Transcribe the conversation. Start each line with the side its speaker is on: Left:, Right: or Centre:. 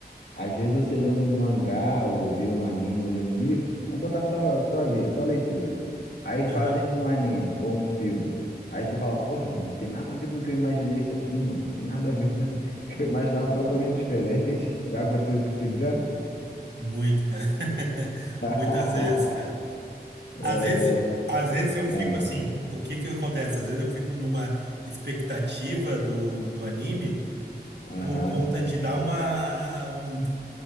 Left: Às vezes você lê um mangá, ou vê um anime, ou lê um livro, vamos botar só, só ler, só leitura. Aí fazem
Right: Aham.
Left: um anime ou um filme. Aí tu fala, porra, não tem nada a ver com o que eu imaginei isso aqui, mano. Não tem nada a ver <laughs> com o que eu imaginava totalmente diferente. <laughs> Já aconteceu isso contigo já?
Right: Muito, cara. <laughs>
Left: <laughs>
Right: Muitas vezes, cara.
Left: É,
Right: Às vezes, às vezes eu fico
Left: Ah,
Right: assim, o que que acontece? Às vezes eu fico numa expectativa do, do anime
Left: Aham.
Right: por conta de dar uma, um-